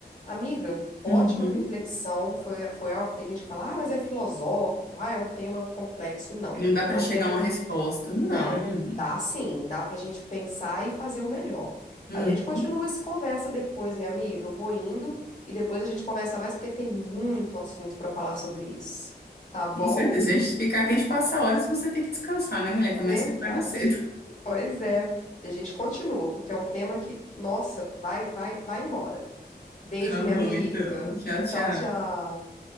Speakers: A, on the left (about 45°); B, on the left (about 65°).
A: Amiga, ótima
B: Uhum.
A: reflexão. Foi, foi algo que tem gente que fala, ah, mas é filosófico, ah, é um tema complexo. Não.
B: Não dá para
A: É um
B: chegar
A: tema
B: a uma
A: que
B: resposta.
A: a
B: Não.
A: Não, dá sim, dá pra gente pensar e fazer o melhor.
B: Uhum.
A: A gente continua essa conversa depois, minha amiga. Eu vou indo e depois a gente conversa mais porque tem muito assunto pra falar sobre isso. Tá bom?
B: Com certeza. Se a gente ficar aqui, a gente passa horas, você tem que descansar, né, mulher? Que amanhã
A: Verdade.
B: você acorda cedo. <laughs>
A: Pois é. A gente continua, porque é um tema que, nossa, vai, vai, vai embora. Beijo,
B: Tá
A: minha
B: bom,
A: amiga.
B: então. Tchau, tchau.
A: Tchau, tchau.